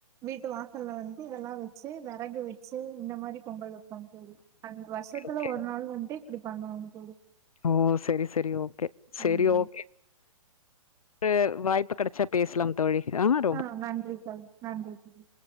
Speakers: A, on the right; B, on the left.
A: வீட்டு வாசல்ல வந்து இதெல்லா வச்ச ச்சு வெறகு வச்சு இந்த மாரி பொங்கல் வைப்போங்க தோழி அந்த வருஷத்துல
B: ஓகே
A: ஒரு நாள் வந்து அப்டி பண்ணுவோங்க தோழி
B: ஓ செரி செரி ஓகே செரி
A: ஆமாங்க
B: ஓகே ஒரு வாய்ப்பு கெடைச்சா பேசலாம் தோழி ஆ
A: ஆ நன்றி தோழி நன்றி தோழி